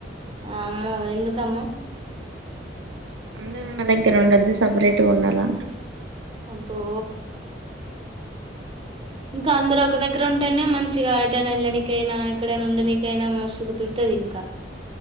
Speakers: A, on the right; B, on the right.
A: అమ్మో ఎందుకమ్మ
B: అందరు ఉన్న దగ్గర ఉండద్దు సపరేట్గా ఉండాల అంట్
A: అబ్బో ఇంకా అందరుూ ఒక దగ్గర ఉంటేనే మంచిగా ఎటన వెళ్ళనికైనా ఎక్కడైనా ఉండనికైనా మస్తు కుదురుతది ఇంకా.